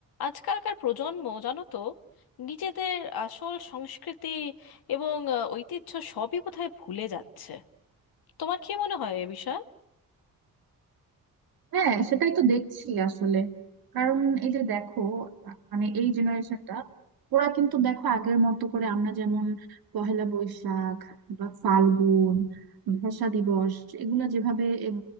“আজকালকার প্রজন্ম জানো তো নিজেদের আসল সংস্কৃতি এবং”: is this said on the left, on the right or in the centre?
Left